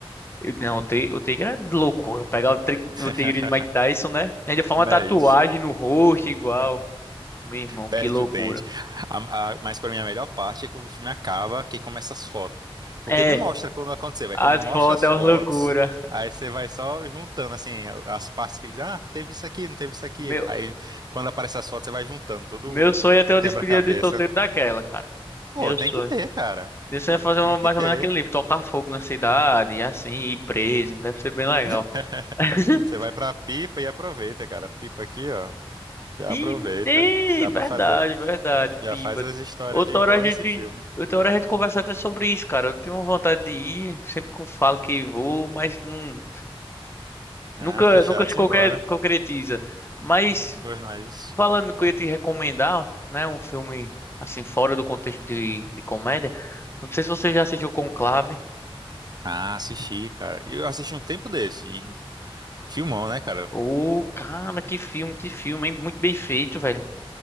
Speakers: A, on the left; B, on the right.
A: Eu- Não, o Tig- o Tigre é loucura. Pegar o Tig-
B: <laughs>
A: o Tigre de Mike Tyson, né? Ainda faz
B: Não
A: uma tatuagem
B: é isso?
A: no rosto igual. Meu irmão,
B: Perde
A: que loucura.
B: o dente. A- a- mas para mim a melhor parte é quando o filme acaba, que começa as fotos. Porque
A: É,
B: não mostra quando aconteceu, é
A: as
B: quando mostra
A: fotos
B: as fotos,
A: é uma loucura.
B: aí você vai só juntando assim as partes que ele diz, ah, teve isso aqui, não teve isso aqui.
A: Meu,
B: Aí quando aparece as fotos, você vai juntando todo
A: meu sonho é ter
B: o
A: uma
B: quebra-cabeça.
A: despedida de solteiro daquela, cara.
B: Pô,
A: Meu
B: tem
A: sonho.
B: que ter, cara.
A: Meu sonho é fazer
B: Tem
A: uma,
B: que
A: mais
B: ter.
A: ou menos aquele livro, tocar fogo na cidade, e assim, ir preso. Deve ser bem legal.
B: <laughs>
A: <laughs>
B: Você vai pra pipa e aproveita, cara. Pipa aqui, ó, já
A: Ih,
B: aproveita.
A: ih,
B: Dá
A: verdade,
B: pra fazer.
A: verdade,
B: Já
A: pipa.
B: faz as histórias
A: Outra
B: de igual
A: hora a gente,
B: esse filme.
A: outra hora a gente conversa até sobre isso, cara. Eu tenho uma vontade de ir, sempre que eu falo que vou, mas não,
B: Ah,
A: nunca,
B: fechado,
A: nunca se
B: simbora.
A: concre- concretiza. Mas
B: Pois não é isso.
A: falando que eu ia te recomendar, né, um filme assim fora do contexto de, de comédia. Não sei se você já assistiu Conclave.
B: Ah, assisti, cara. E Eu assisti um tempo desse. E filmão, né, cara?
A: Ô, cara, que filme, que filme, hein? Muito bem feito, velho.